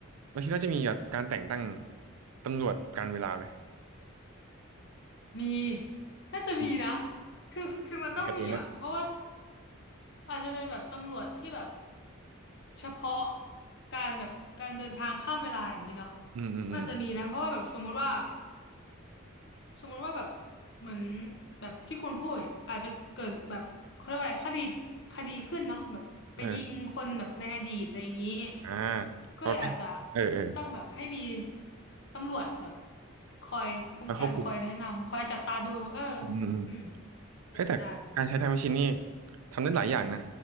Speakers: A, on the right (about 90°); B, on the left (about 55°).
A: แล้วคิดว่าจะมีแบบการแต่งตั้งตำรวจการเวลาไหม
B: ๆมีน่าจะมีนะ
A: อืม
B: คือคือมันต้องมีอ่ะเพราะว่า
A: ในการ์ตูนปะ
B: อาจจะเป็นแบบตำรวจที่แบบเฉพาะการแบบการเดินทางข้ามเวลาอย่างนี้เนาะ
A: อืมอืมอืม
B: มันอาจจะมีนะเพราะว่าแบบสมมุติว่าสมมุติว่าแบบเหมือนแบบที่คุณพูดเนี่ยอาจจะเกิดแบบเขาเรียกว่าอะไรคดีคดีขึ้นเนาะแบบไปยิงคนแบบในอดีตอะไรอย่างนี้
A: เอออ่า
B: ก็เลยอาจจะ
A: เขาก็เออเออ
B: ต้องแบบให้มีตำรวจแบบคอยคุ้มกันคอยแนะนำคอยจับตาดูเออ
A: เขาควบคุมอืมอืม
B: อืมเป็นไปได้
A: เฮ้ยแต่การใช้ไทม์แมชชีนนี่ทำได้หลายอย่างนะ